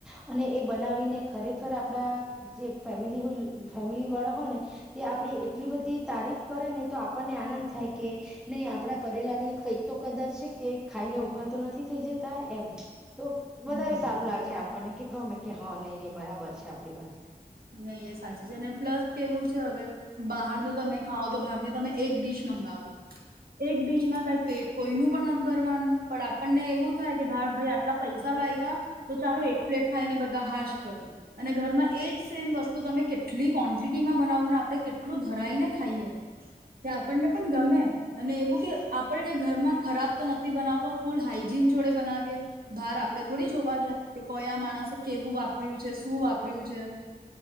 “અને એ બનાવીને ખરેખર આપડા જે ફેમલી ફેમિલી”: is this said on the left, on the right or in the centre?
Centre